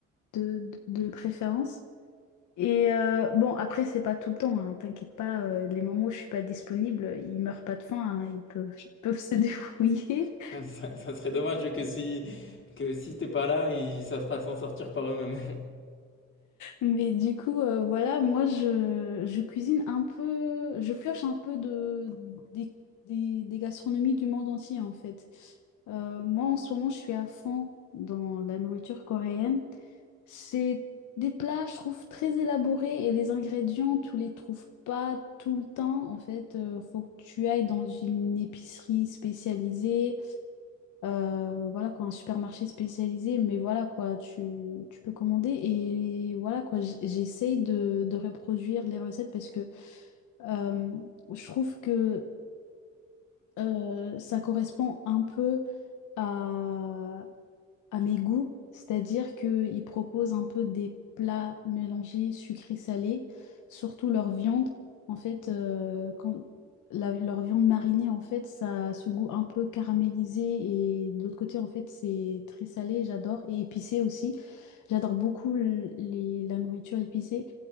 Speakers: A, on the left; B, on the left.
A: de, de préférence. Et euh, bon, après, c'est pas tout le temps, hein, t'inquiète pas, euh, les moments où je suis pas disponible, ils meurent pas de faim, hein, ils peuvent, ils peuvent se <laughs> débrouiller.
B: <laughs> Ça, ça serait dommage que si que si t'es pas là, ils savent pas s'en sortir par eux-mêmes.
A: Mais du coup, euh, voilà, moi, je, je cuisine un peu, je pioche un peu de, des, des, des gastronomies du monde entier, en fait. Euh, moi, en ce moment, je suis à fond dans la nourriture coréenne. C'est des plats, je trouve, très élaborés et les ingrédients, tu les trouves pas tout le temps. En fait, euh, faut que tu ailles dans une épicerie spécialisée. Euh, voilà quoi, un supermarché spécialisé, mais voilà quoi, tu, tu peux commander et voilà quoi, j- j'essaye de, de reproduire les recettes parce que euh, je trouve que euh, ça correspond un peu à, à mes goûts, c'est-à-dire qu'ils proposent un peu des plats mélangés sucré-salé, surtout leur viande. En fait, euh, quand la- leur viande marinée, en fait, ça a ce goût un peu caramélisé et de l'autre côté, en fait, c'est très salé, j'adore, et épicé aussi. J'adore beaucoup le- les- la nourriture épicée.